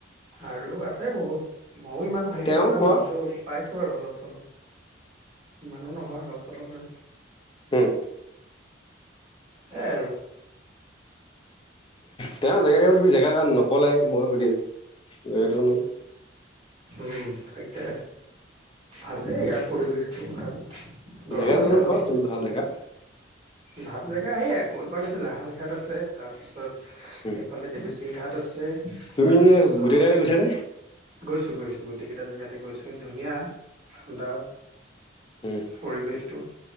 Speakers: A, on the right; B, on the left.
A: আৰু আছে বহুত মইয়ো ইমান ভালকে
B: তেওঁ
A: নাজানো।
B: কোৱা
A: কিন্তু পাইছো আৰু অলপ-চলপ ইমানো নহয় অলপ-চলপ হয়।
B: হুম।
A: সেই আৰু
B: তেওঁ জেগা তেওঁ তুমি জেগা নকলোই, মই সুধি আছো <unintelligible>
A: উম তাকে, ভালেই ইয়াৰ পৰিৱেশটো ভাল। গৰম
B: জেগাটোৰ
A: আছে
B: অলপমান
A: অলপ
B: কোৱা ভাল দেখা।
A: ভাল জেগা সেয়ে ক'ল পাৰ আছে, জাহাজ ঘাট আছে, তাৰ পিছত
B: উম,
A: সেইফালে দেৱী টিংঘাট আছে, তাৰপিছত
B: তুমি এনে গোটেই কেইটাতে গৈছা নে
A: গৈছো গৈছো গোটেই কেইটা জেগাতে গৈছো ধুনীয়া ঠাণ্ডা
B: উম
A: পৰিৱেশটো,